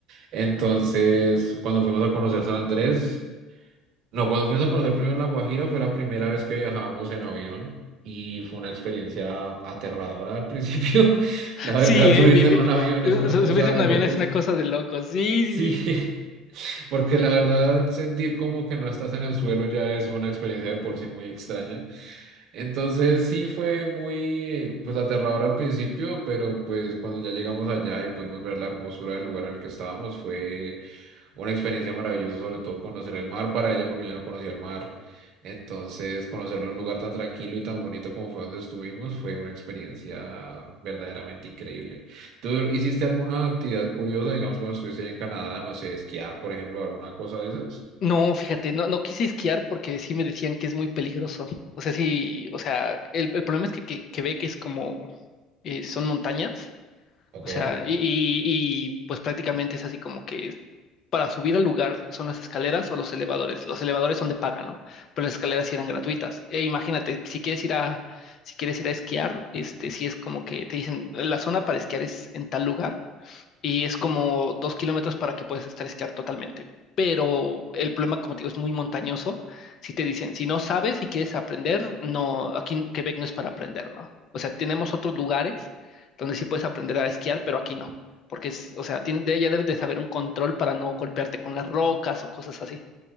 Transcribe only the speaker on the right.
Entonces, cuando fuimos a conocer San Andrés, no, cuando fuimos a conocer primero La Guajira fue la primera vez que viajamos en avión y fue una experiencia aterradora al principio. <laughs> La
verdad,
subirse
en un avión
es una
cosa
de
locos.
Sí,
<laughs> porque la verdad sentir como que no estás en el suelo ya es una experiencia de por sí muy extraña. Entonces sí fue muy pues aterrador al principio, pero pues cuando ya llegamos allá y pudimos ver la hermosura del lugar en el que estábamos fue una experiencia maravillosa, sobre todo conocer el mar para ella, porque yo no conocía el mar. Entonces, conocerlo en un lugar tan tranquilo y tan bonito como fue donde estuvimos fue una experiencia verdaderamente increíble. ¿Tú hiciste alguna actividad curiosa, digamos, cuando estuviste ahí en Canadá, no sé, esquiar, por ejemplo, alguna cosa de esas?
Ok.